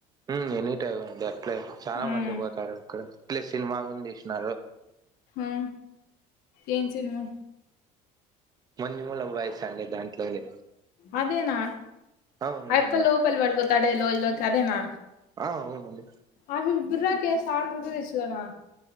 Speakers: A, on the right; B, on the left.
A: ఉ ఎనీ టైమ్ ఉంది అట్లే చాలా
B: హ్మ్.
A: మంది బోతారు ఇక్కడ ప్లస్ సినిమా గున్ తీసినారు
B: ఆ ఏం సినిమా
A: మంజు మూల బాయ్స్ అండి దాంట్లోనే
B: అదేనా
A: అవునండి
B: అయ్యప్ప లోపలి బడిపోతాడే లోయలోకి అదేనా
A: ఆ అవునండి
B: అవి బుర్ర కెవ్స్ ఆంధ్రప్రదేష్ లోనా